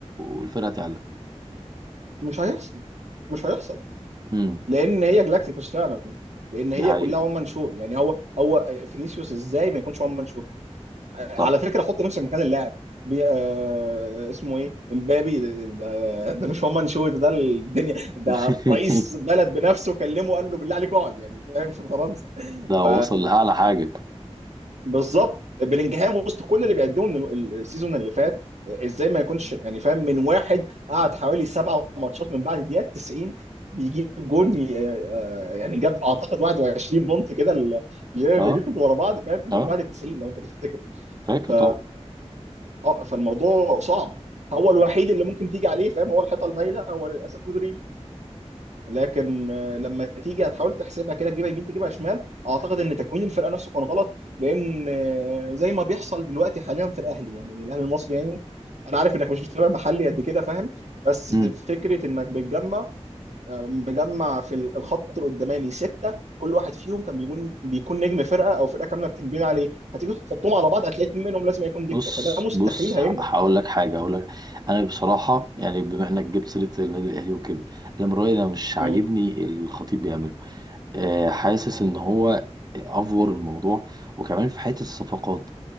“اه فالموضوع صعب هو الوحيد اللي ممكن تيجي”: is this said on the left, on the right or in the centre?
Right